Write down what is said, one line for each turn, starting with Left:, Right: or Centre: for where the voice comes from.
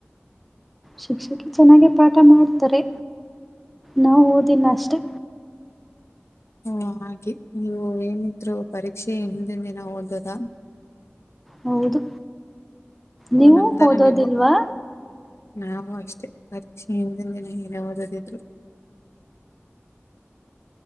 Centre: ಶಿಕ್ಷಕಿ ಚೆನ್ನಾಗೆ ಪಾಠ ಮಾಡ್ತಾರೆ ನಾವ್ ಓದಿಲ್ಲ ಅಷ್ಟೆ.
Left: ಹೋ ಹಾಗೆ ನೀವು ಏನಿದ್ರು ಪರೀಕ್ಷೆ ಹಿನ್ದಿನ್ ದಿನ ಓದದಾ.
Centre: ಹೌದು
Left: ಓ
Centre: ನೀವು
Left: ನಮ್ ತರ
Centre: ಓದೋದಿಲ್ವಾ.
Left: ನೀವು ನಾವು ಅಷ್ಟೇ ಪರೀಕ್ಷೆ ಇಂದಿನ್ ದಿನ ಏನೆ ಓದದಿದ್ರು.